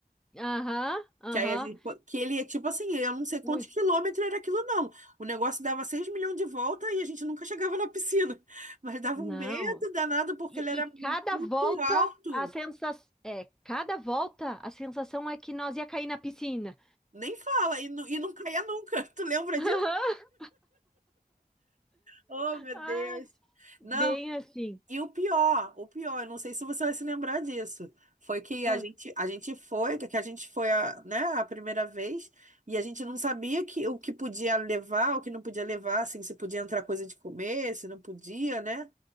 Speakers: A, in the centre; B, on the right.
A: Aham, aham.
B: Que aí a gente, fo- que ele é tipo assim, eu não sei quantos
A: Ui,
B: quilômetros era aquilo, não. O negócio dava 6 milhões de volta e a gente nunca chegava na piscina. <laughs> Mas dava
A: não.
B: um medo danado porque
A: E,
B: ele era
A: e cada
B: muito
A: volta
B: alto.
A: a sensação, é, cada volta a sensação é que nós ia cair na piscina.
B: Nem fala, e, nu- e não caía nunca. <laughs> Tu lembra
A: <laughs>
B: disso? Oh, meu
A: Ah,
B: Deus.
A: bem
B: Não,
A: assim.
B: E o pior, o pior, eu não sei se você vai se lembrar disso. Foi que
A: Ah,
B: a gente, a gente foi, que a gente foi a, né, a primeira vez, e a gente não sabia que, o que podia levar, o que não podia levar, assim, se podia entrar coisa de comer, se não podia, né?